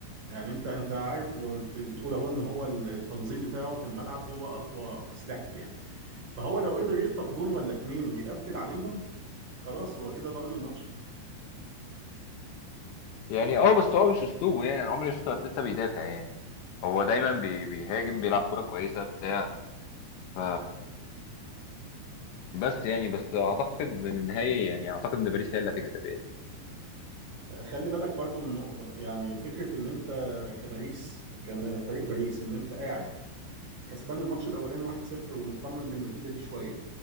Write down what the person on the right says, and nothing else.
يعني انت انت عارف وانت بتقول اهو ان هو التنظيم بتاعه في الملعب هو اقوى اسلحته يعني فهو لو قدر يخطف جون ولا اتنين ويقفل عليهم خلاص هو كده ضمن الماتش
آه، خلي بالك برضو من نقطة يعني فكرة ان انت كباريس كان فريق باريس ان انت قاعد كسبان الماتش الاولاني 1-0 ومطمن للنتيجة دي شوية